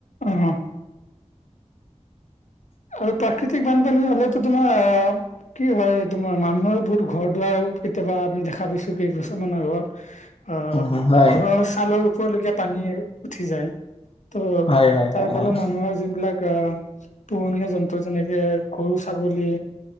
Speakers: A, on the left (about 75°); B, on the left (about 50°).
A: অ'! আৰু প্ৰাকৃতিক বানপানী হ'লেতো, তোমাৰ কি হয় তোমাৰ! মানুহৰ বহুত ঘৰ-দুৱাৰ, কেতিয়াবা আমি দেখা পাইছোঁ, কেইবছৰমানৰ আগত। অ'!
B: হয়
A: ঘৰৰ ছালৰ ওপৰলৈকে, পানী উঠি যায়। ত'
B: হয় হয় হয়
A: তাৰফলত,
B: হয় হয়
A: মানুহৰ যিবিলাক, অ' পোহনীয়া জন্তু, যেনেকে-গৰু-ছাগলী।